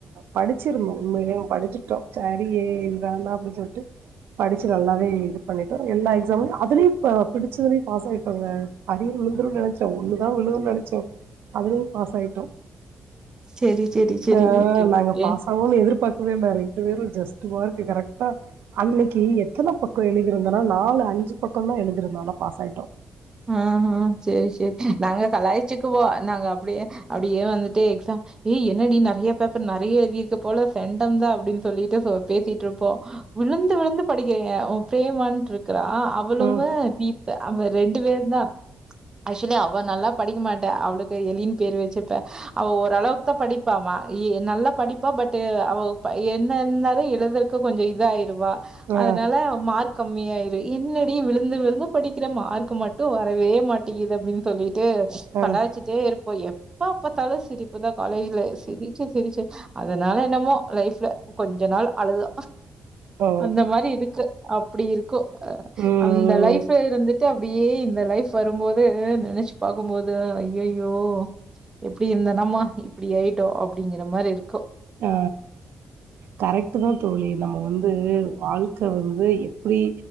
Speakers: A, on the right (about 75°); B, on the right (about 20°).
A: படிச்சிருந்தோம் உண்மைய படிச்சட்டோம் சரியே வேண்டாம் அப்படின்னு சொல்லிட்டு படிச்சு நல்லாவே பண்ணிட்டோம் எல்லா எக்ஸாமளும் அதுலயும் பிடிச்சதலையும் பாஸ் ஆயிட்டோங்க அரியர் விழுந்துரும் நினச்சோம் ஒன்னுதான் விழுதும் நினச்சோம் அதுலயும் பாஸ் ஆயிட்டோம்
B: சரி, சரி, சரி.
A: ஆஹ்
B: ஓகே,
A: நாங்க
B: ஓகே.
A: பாஸ் ஆவோம்னு எதிர்பார்தோம் வே ரெண்டு பேரும் ஜஸ்ட் வ கரெக்டா அன்னைக்கு எத்தனை பக்கம் எழுதிருந்தனா நாலு அஞ்சு பக்கம் தான் எழுதிருந்தனா பாஸ் ஆயிட்டோம்
B: ஆமா செரி செரி நாங்க கலாய்ச்சுக்குவோம் அப்டியே அப்டியே எக்ஸாம் ஏ என்னடி நிறைய பேப்பர் நிறைய எழுதி இருக்கு போல செண்டம் தான் அப்படின்னு சொல்லிட்டு பேசிட்டு இருப்போம் விழுந்து விழுந்து படிக்க பிரேமானு இருக்கா இருக்கிற அவளும்
A: ம்
B: தீ அவ ரெண்டு பேர் தான் ஆக்சுவலி அவ நல்லா படிக்க மாட்ட அவளுக்கு எலின் பேர் வச்சுப்பேன் அவ ஓரளவுக்கு தான் படிப்ப ப்பாவா நல்லா படிப்பு மட்டும் அவ என்னனாலும் எழுதுறக்கு கொஞ்சம் இதாயிரு
A: ஆ
B: அதனால மார்க கம்மியாயிடும் என்னடி விழுந்து விழுந்து படிக்கிறேன் மார்க் மட்டும் வரவே மாட்டேங்க்குது அப்பின்னு சொல்லிட்டு ட்டு
A: ஆ
B: கலாயச்சுட்டு இரு இப்ப எப்பா பார்த்தாலும் சிரிப்புதான் காலேஜ்ல சிரிச்சு சிரிச்சு அதனால என்னமோ லைஃப்ல கொஞ்ச நாள் அழுது
A: ஓ
B: அந்த மாதிரி இருக்கு அப்டி இருக்கு
A: ம்
B: அந்த லைஃப்ல இருந்து த ஏ இந்த லைஃப் வரும்போது நெனச்சு பாக்கும்போது அய்யயோ எப்டி இருந்த நாமா இப்டி ஆயிட்டோ அப்டிங்கிற மாரி இருக்கு
A: அ கரெக்ட்டு தா தோழி நம்ம வந்து வாழ்க்க வந்து எப்டி